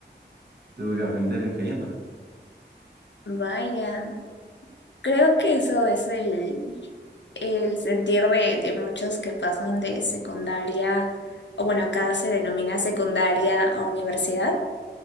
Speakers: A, on the right; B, on the left.
A: tuve que aprender cayéndome.
B: Vaya, creo que eso es el, el sentir de, de muchos que pasan de secundaria, o bueno, acá se denomina secundaria a universidad